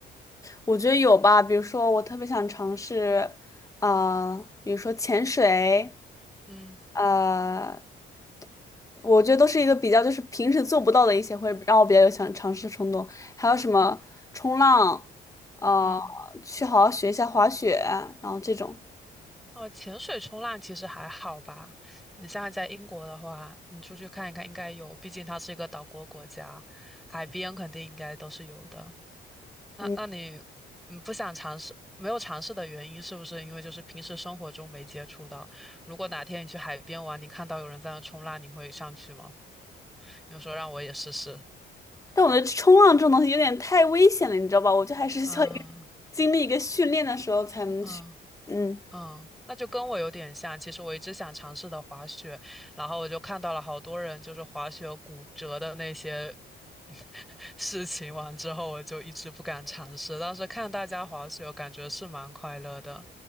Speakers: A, on the left; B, in the centre.
A: 我觉得有吧。比如说，我特别想尝试，啊、比如说潜水，
B: 嗯
A: 呃，我觉得都是一个比较就是平时做不到的一些，会让我比较有想尝试的冲动。还有什么冲浪，啊，
B: 嗯，
A: 去好好学一下滑雪，然后这种。
B: 哦，潜水冲浪其实还好吧。你现在在英国的话，你出去看一看，应该有，毕竟它是一个岛国国家，海边肯定应该都是有的。那那你嗯不想尝试，
A: 嗯，
B: 没有尝试的原因是不是因为就是平时生活中没接触到？如果哪天你去海边玩，你看到有人在那冲浪，你会上去吗？你就说让我也试试。
A: 但我觉得冲浪这种东西有点太危险了，你知道吧？我觉得还是需要一个
B: 啊
A: <laughs> 经历一个训练的时候才能去。
B: 啊
A: 嗯。
B: 嗯，那就跟我有点像。其实我一直想尝试的滑雪，然后我就看到了好多人就是滑雪骨折的那些 <laughs> 事情，完之后我就一直不敢尝试。当时看大家滑雪，感觉是蛮快乐的。